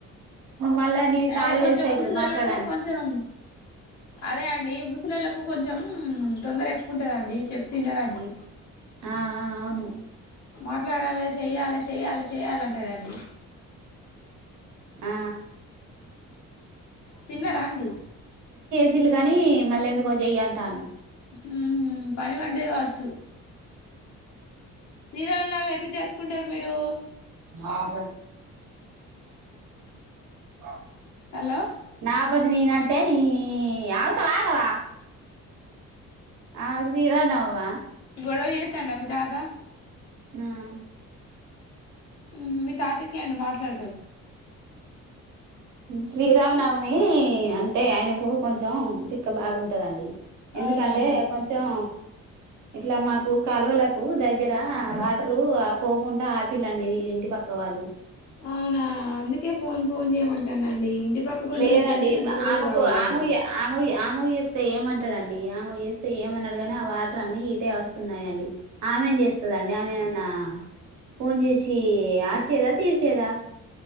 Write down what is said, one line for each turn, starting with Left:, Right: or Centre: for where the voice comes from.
Right: మళ్ళా నీ
Left: ఆయన
Right: కాలు
Left: కొంచెం
Right: వేస్ట్ అయితది
Left: ముసలలకు
Right: మాట్లాడండి
Left: కొంచెం అదే అండి ముసలిళ్లకు కొంచెం తొందర ఎక్కువంటందండి చెప్తే వినరండి
Right: ఆ ఆ ఔ
Left: మాట్లాడాలి చెయ్యాలి చెయ్యాలి చెయాలంటాడండి
Right: ఆ
Left: తిన్నారా అండి
Right: తిల్లు కాని మలెన్దుకో చెయ్యంటండు
Left: మ్మ్ పని పడ్డది కావచ్చు శ్రీరామనవమి ఎట్లా జరుపుకుంటారు మీరు
Right: ఆ <unintelligible>
Left: హలో
Right: నా పది నీదంటే నీ ఆగుతవా ఆగవా ఆ శ్రీరాంనవమా
Left: గొడవ చేస్తాండా మీ తాత
Right: ఆ <inaudible>
Left: మ్మ్ మీ తాతకి అండి మాట్లాడతాడు
Right: శ్రీరామనవమీ అంటే ఆయనకు కొంచం తిక్క బాగుంటదండి
Left: అవునా
Right: ఎందుకంటే
Left: అండి
Right: కొంచెం ఇట్లా మాకు కాలువలకు దగ్గ్ దగ్గర వాటరు పోకుండా ఆపిల్లన్డి విళ్లింటి పక్క వాళ్ళు
Left: అవునా అందుకే ఫోన్ ఫోన్ చేయమంటానండి ఇంటి పక్క పంటోళ్ళకి
Right: లేదండి
Left: ఏమైనా గొడవలే
Right: ఆమెకు
Left: కావాలండి
Right: అమూయ అమూయ అమూయచే స్తే ఏమంటడండి ఆమె చేస్తే ఏమనడు గాని ఆ వాటర్ అన్ని ఇటే వస్తున్నాయి అండి ఆమె ఏం చేస్తా దండి ఆమెమన్నా ఫోన్ చేసి ఆర్చేదా తీర్చేదా